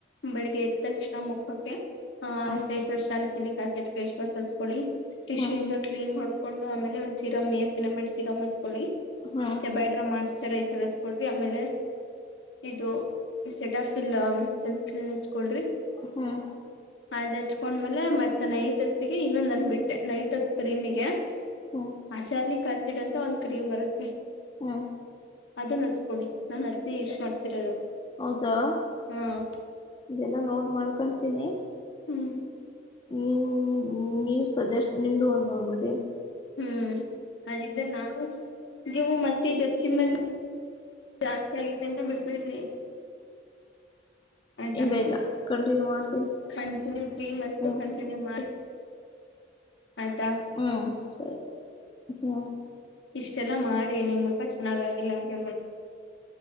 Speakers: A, on the left; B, on the left.
A: ಬೆಳಿಗ್ಗೆ ಎದ್ ತಕ್ಷಣ ಮುಖಕ್ಕೆ. ಹಾ
B: ಹ್ಮ್
A: face wash salicylic. Acid face wash ಹಚ್ಕೋಳಿ. ಟಿಶ್ಯೂ
B: ಹ್ಮ್
A: ಇಂದ ಕ್ಲೀನ್ ಮಾಡ್ ಕೊಂಡು ಆಮೇಲೆ ಒಂದ್ ಸಿರಮ್ ನೆಯಸಿನಮೈಡ್ ಸಿ ಸಿರಂ ಹಚ್ ಕೋಳಿ
B: ಹ್ಮ್
A: ಸೆಬೈಡ್ರಾ ಮೊಯ್ಸ್ಚರೈ ಸರ್ ಹಚ್ಕೊಳ್ರಿ ಆಮೇಲೆ. ಇದು ಸೆಟಫೀಲ್ ಹ್ಮ್ ಸೆನ್ಸ್ ಕ್ರೆ ಹಚ್ಕೊಳ್ರಿ.
B: ಹ್ಮ್
A: ಅದ್ ಹೆಚ್ಕೊಂಡ್ಮೇಲೆ ಮತ್ ನೈಟ್ ಹೊತ್ತಿಗೆ ಇನ್ನೊಂದ್ ಅಂದ್ಬಿಟ್ಟೆ ನೈಟ್ ಹೊತ್ ಕ್ರೀಮಿಗೆ.
B: ಹ್ಮ್
A: ಅಸಲಿಕ್ ಕಸಿಡಲ್ ತ ಒಂದ್ ಕ್ರೀಮ್ ಬರುತ್ತೆ.
B: ಹ್ಮ್
A: ಅದುನ್ನ ಹಚ್ಕೊಂಳಿ ನಾನ್ ಅದ್ನೇ ಯುಸ್ ಮಾಡ್ತಿರೋದು.
B: ಹೌದಾ.
A: ಹ್ಮ್
B: ಇದೆಲ್ಲಾ ನೋಟ್ ಮಾಡ್ಕೊಂತೀನಿ.
A: ಹ್ಮ್
B: ನಿಮ್ ನೀವ್ ಸಜೆಸ್ಟ್ ನಿಮ್ದು ಒಂದ್ ನೋಡ್ಬುಡ್ತಿನಿ.
A: ಹ್ಮ್ ಅದ್ ಇದೆ ನಾವು ಗಿವು ಮತ್ ಇದ್ ಹಚ್ಚಿನ್ ಮೇಲ್ ಜಾಸ್ತಿ ಆಗೈತೆ ಅಂತ ಬಿಡ್ಬೇಡ್ರಿ. ಆಯ್ತ
B: ಇಲ್ಲ ಇಲ್ಲ ಕಂಟಿನ್ಯೂ ಮಾಡ್ತೀನಿ
A: ಕಂಟಿನ್ಯು ಕ್ರೀಮ್ ಹಚ್ಚಿ
B: ಹ್ಮ್
A: ಕಂಟಿನ್ಯೂ ಮಾಡಿ. ಆಯ್ತಾ.
B: ಹ್ಮ್ ಸರಿ ಹ್ಮ.
A: ಇಷ್ಟೆಲ್ಲಾ ಮಾಡಿ ನಿಮ್ ಮುಖ ಚೆನ್ನಾಗಾಗಿಲ್ಲ ಅಂದ್ರೆ ನೋಡಿ.